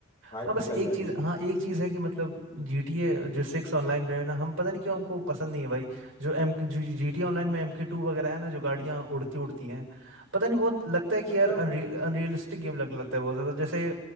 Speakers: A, on the left; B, on the right.
A: हाइप
B: हाँ बस
A: निकल
B: एक
A: जाती
B: चीज हाँ एक चीज है कि मतलब GTA जो सिक्स ऑनलाइन रहे ना हम पता नहीं क्यों हमको पसंद नहीं है भाई जो एम जी टी ऑनलाइन में एम के टू वगैरह है ना जो गाड़ियाँ उड़ती उड़ती हैं पता नहीं बहुत लगता है कि
A: मतलब
B: यार अनरि, अनरियलिस्टिक गेम लगने लगता है बहुत ज्यादा जैसे